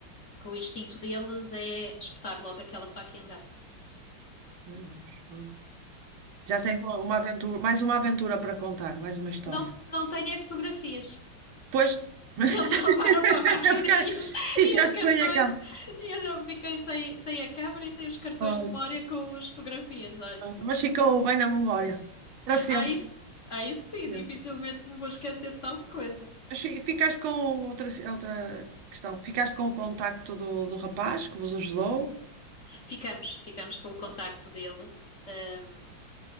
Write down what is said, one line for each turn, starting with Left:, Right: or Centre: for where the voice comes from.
Left: Que o instinto deles é espetar logo aquela faca e andar.
Right: meu Deus, olha. Já tens uma uma aventura, mais uma aventura para contar, mais uma história.
Left: Não, não tenho é fotografias.
Right: Pois, <laughs>
Left: Eles <laughs> roubaram a máquina
Right: Ficar-
Left: <laughs> e os,
Right: ficaste
Left: e os cartões.
Right: sem a cara.
Left: E eu não fiquei sem, sem a câmera e sem os cartões
Right: Olha,
Left: de memória com as fotografias, olha.
Right: mas ficou bem na memória. Para sempre.
Left: Aí, s- aí sim,
Right: Para sempre.
Left: dificilmente me vou esquecer de tal coisa.
Right: Mas fi- ficaste com outra, ci- outra questão. Ficaste com o contacto do, do rapaz que vos ajudou?
Left: Ficamos, ficamos com o contacto dele, ahm,